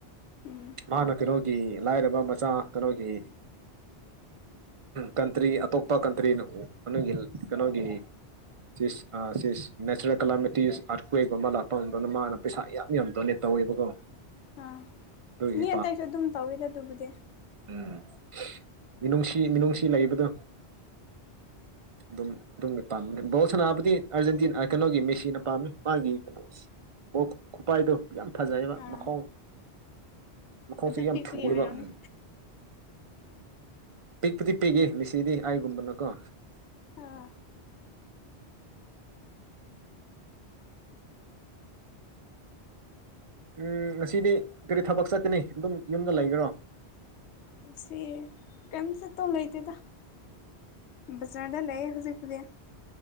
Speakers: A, on the left; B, on the right.
A: ꯎꯝ
B: ꯃꯥꯅ ꯀꯩꯅꯣꯒꯤ ꯂꯥꯏꯔꯕ ꯃꯆꯥ ꯀꯩꯅꯣꯒꯤ ꯀꯟꯇ꯭ꯔꯤ ꯑꯇꯣꯞꯄ ꯀꯟꯇ꯭ꯔꯤꯅꯣ ꯀꯒꯤ ꯀꯩꯅꯣꯒꯤ ꯁꯤꯁ ꯁꯤꯁ ꯅꯦꯆꯔꯦꯜ ꯀꯂꯥꯃꯤꯇꯤꯁ ꯑꯥꯔꯠꯀ꯭ꯋꯦꯒꯨꯝꯕ ꯂꯥꯛꯄ ꯃꯇꯝꯗꯅ ꯃꯥꯅ ꯄꯩꯁꯥ ꯌꯥꯝ ꯌꯥꯝꯅ ꯗꯣꯅꯦꯠ ꯇꯧꯋꯦꯕꯀꯣ <inaudible>
A: ꯑꯥ
B: ꯑꯗꯨꯒꯤ
A: ꯃꯤ ꯑꯇꯩꯁꯨ ꯑꯗꯨꯝ ꯇꯧꯋꯤꯗ ꯑꯗꯨꯕꯨꯗꯤ
B: ꯎꯝ ꯃꯤꯅꯨꯡꯁꯤ ꯃꯤꯅꯨꯡꯁꯤ ꯂꯩꯕꯗꯣ ꯑꯗꯨꯝ ꯑꯗꯨꯝꯒꯤ ꯄꯥꯝꯕꯅꯦ ꯁꯥꯟꯅꯥꯕꯨꯗꯤ ꯑꯥꯔꯖꯦꯟꯇꯤꯅꯥ ꯀꯩꯅꯣꯒꯤ ꯃꯦꯁꯤꯅ ꯄꯥꯝꯃꯦ ꯃꯥꯒꯤ ꯀꯩꯅꯣꯁꯦ ꯈꯨꯄꯥꯏꯗꯣ ꯌꯥꯝ ꯐꯖꯩꯑꯕ
A: ꯑꯥ
B: ꯃꯈꯥꯎ ꯃꯈꯣꯡꯁꯤ
A: ꯑꯗꯨ
B: ꯌꯥꯝ
A: ꯄꯤꯛꯄꯒꯤ
B: ꯊꯨꯕ
A: ꯑꯣꯏꯔꯝꯅꯤ
B: ꯎ ꯄꯤꯛꯄꯨꯗꯤ ꯄꯤꯒꯦ ꯃꯤꯦꯁꯤꯗꯤ ꯑꯩꯥꯏꯒꯨꯝꯕꯅꯀꯣ
A: ꯑꯥ
B: ꯎꯝ ꯉꯁꯤꯗꯤ ꯀꯔꯤ ꯊꯕꯛ ꯆꯠꯀꯅꯤ ꯑꯗꯨꯝ ꯌꯨꯝꯗ ꯂꯩꯈꯔꯣ
A: ꯁꯤ ꯀꯩꯝ ꯆꯠꯇꯧ ꯂꯩꯇꯦꯗ ꯕꯆꯔꯗ ꯂꯩ ꯍꯧꯖꯤꯛꯄꯗꯤ